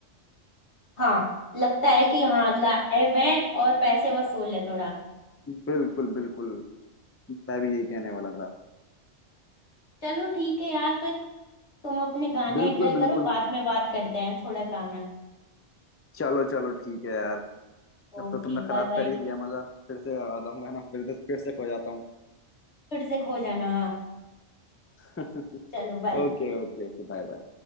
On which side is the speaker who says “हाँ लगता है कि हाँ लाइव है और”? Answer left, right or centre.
Left